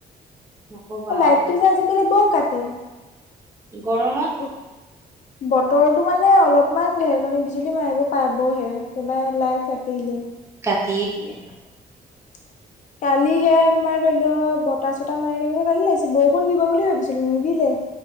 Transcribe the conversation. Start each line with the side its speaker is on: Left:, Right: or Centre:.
Right: <unintelligible>
Left: লাইটটো
Right: আৰু
Left: যে আজিকালি বৰ কাটে।
Right: গৰমত
Left: উ, বতৰটো মানে অলপ। অকমান ঢেৰেকণি বিজুলী মাৰিব পাবহে একবাৰে লাইট কাটিলে।
Right: কাটিয়ে দিয়ে।
Left: <inaudible> কালি সেয়া তোমাৰ ধৰি লওঁ বতাহ চতাহ মাৰি থাকিবলৈ ভাল লাগিছে, বৰষুণ দিব বুলি ভাবিছিলো নিদিলে।